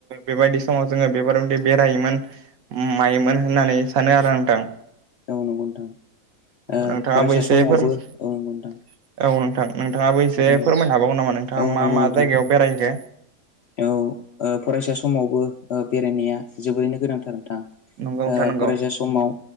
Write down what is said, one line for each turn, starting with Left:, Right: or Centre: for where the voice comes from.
Right: बेबायदि समाव जोङो बेफोरबादि बेरायोमोन उम थायोमोन होननानै सानो आरो नोंथां।
Left: औ नंगौ नोंथां ओ
Right: नोंथाङा
Left: फरायसा
Right: बैसेफोर
Left: समावबो
Right: औ
Left: नंगौ नोंथां
Right: नोंथां। नोंथाङाबो एसे
Left: औ
Right: फोरमायनो हाबावगौ नामा नोंथाङा
Left: औ
Right: मा
Left: नंगौ
Right: मा
Left: नोंथां
Right: जायगायाव बेरायहैखो?
Left: औ ओ फरायसा समावबो ओ बेरायनाया जोबोरैनो गोनांथार नोंथां।
Right: नंगौ नोंथां
Left: ओ
Right: नंगौ
Left: फरायसा समाव